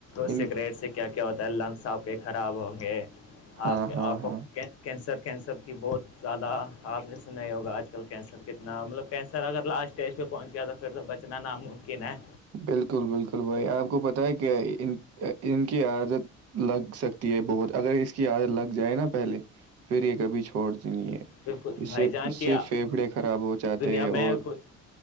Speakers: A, on the left; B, on the right.
A: س
B: ان
A: سے کیا کیا ہوتا ہے لنگس آپ کے خراب ہوں گے
B: ہاں
A: آپ کے
B: ہاں
A: آپ کو
B: ہاں
A: کینسر کینسر کی بہت زیادہ آپ نے سنا ہی ہوگا آج کل کینسر کتنا مطلب کینسر اگر لاسٹ اسٹیج پہ پہنچ گیا تو پھر تو بچنا ناممکن ہے
B: بالکل بالکل بھائی آپ کو پتہ ہے کیا ان ان کی عادت لگ سکتی ہے بہت اگر اس کی عادت لگ جائے نا پہلے پھر یہ کبھی چھوڑ دینی ہے
A: بالکل
B: اس
A: بھائی
B: سے
A: جان
B: اس
A: کیا
B: سے پھیپھڑے خراب ہو جاتے
A: دنیا
B: ہیں اور
A: میں کوئی